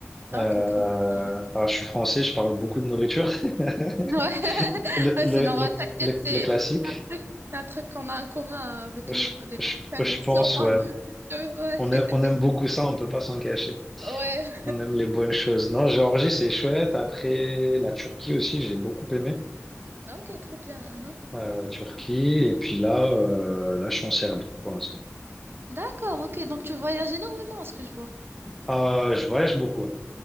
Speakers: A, on the right; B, in the centre.
A: Ah,
B: Euh,
A: Ok, trop bien. Mhm.
B: alors, je suis français, je parle beaucoup de nourriture. <laughs>
A: Ouais, <laughs>
B: Le,
A: Ouais,
B: le,
A: c'est normal.
B: le,
A: T'inquiète,
B: le,
A: c'est
B: le classique,
A: c'est un truc, c'est un truc qu'on a en commun euh, avec
B: je,
A: nous, les
B: je,
A: Marocains.
B: je
A: Nous aussi,
B: pense,
A: on parle
B: ouais.
A: de nourriture.
B: On
A: Ouais.
B: aime,
A: <laughs>
B: on aime beaucoup ça, on peut pas s'en cacher.
A: Ouais.
B: On aime les bonnes choses. Non, Géorgie, c'est chouette. Après, la Turquie aussi, j'ai beaucoup aimé.
A: Ah, Ok, trop bien. Mhm.
B: euh, Turquie, et puis là, euh, là, je suis en Serbie pour l'instant.
A: D'accord, ok. Donc, tu voyages énormément, à ce que je vois.
B: Ah je voyage beaucoup, ouais.